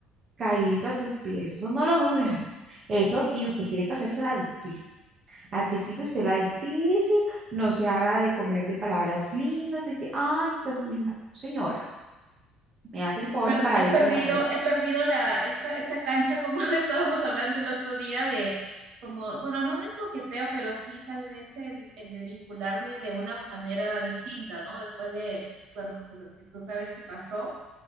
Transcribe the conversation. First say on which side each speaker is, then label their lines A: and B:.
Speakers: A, on the right; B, on the right.
A: caído a tus pies, eso no lo dudes. Eso sí, usted tiene que hacerse la difícil. Al principio se la difícil, no se haga de comer de palabras lindas, de que, ay, estás linda. Señora, me hace el favor
B: Per-
A: y paradita
B: he perdido,
A: en la calle.
B: he perdido la, esa, esta cancha como <laughs> estábamos hablando el otro día de, como, bueno, no del coqueteo, pero sí tal vez el, el de vincularme de una manera distinta, ¿no? Después de, bueno, de lo que tú sabes que pasó.